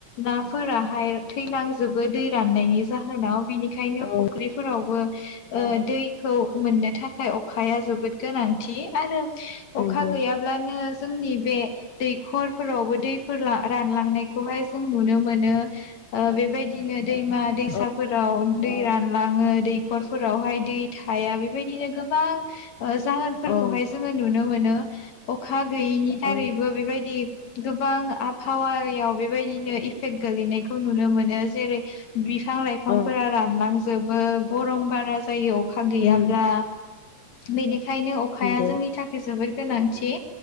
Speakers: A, on the left; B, on the left.
A: नाफोराहाय थैलांजोबो दै राननायनि जाहोनाव। बिनिखायनो
B: औ
A: फुख्रिफोरावबो ओ दैखौ मोननो थाखाय अखाया जोबोद गोनांथि आरो
B: नंगौ
A: अखा गैयाब्लानो जोंनि बे दैखरफोरावबो दैफोर रानलांनायखौहाय जों नुनो मोनो। ओ बेबायदिनो दैमा दैसाफोराव
B: औ
A: दै रानलाङो, दै खरफोरावहाय दै थाया बेबायदिनो गोबां ओ जाहोनफोरखौहाय
B: औ
A: जोङो नुनो मोनो। अखा गैयैनि दारैबो
B: औ
A: बेबायदि गोबां आबहावायाव बेबादिनो इफेक्ट गोलैनायखौ नुनो मोनो जेरै बिफां लाइफांफोरा
B: औ
A: रानलां जोबो गरम बारा जायो अखा गैयाब्ला।
B: उम
A: बेनि खायनो अखाया
B: नंगौ
A: जोंनि थाखाय जोबोद गोनांथि।